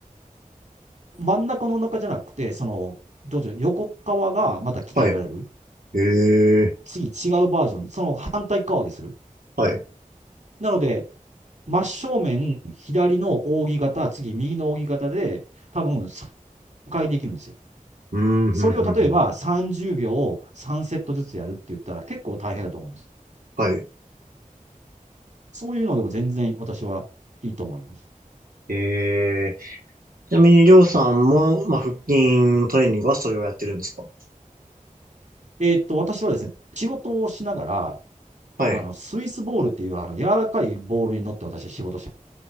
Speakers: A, on the right; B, on the right.
A: 真ん中のお腹じゃなくて、その、どうぞ横側がまた鍛えられる。
B: はい。ええ、
A: 次、違うバージョン、その反対側でする。
B: はい。う
A: なので、真正面、左の扇形、次、右の扇形で、多分3回できるんですよ。
B: ーん、
A: それを例えば30秒を3セットずつやるって言ったら結構大変だと思います。
B: ふんふんふん。はい。
A: そういうのでも全然私はいいと思います。
B: ええ、ちなみに、りょうさんも、まあ、腹筋トレーニングはそれをやってるんですか
A: えーっと、私はですね、仕事をしながら、
B: はい。
A: あの、スイスボールっていう、あの、柔らかいボールに乗って私は仕事して、